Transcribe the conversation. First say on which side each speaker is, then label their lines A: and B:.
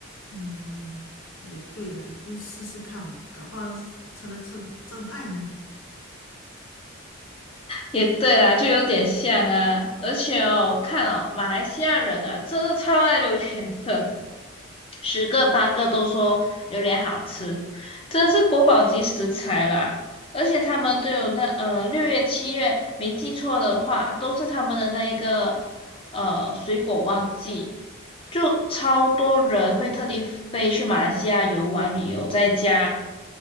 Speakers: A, on the left (about 80°); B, on the left (about 25°).
A: 嗯，也对啦，就试试看嘛，搞不好是成了真真爱呢。
B: 也对啦，就有点像啊。而且哦，看哦，马来西亚人啊，真的超爱榴莲的，十个八个都说榴莲好吃，真的是国宝级食材啦。而且他们都有那呃六月七月，没记错的话，都是他们的那一个呃水果旺季，就超多人会特地飞去马来西亚游玩旅游，再加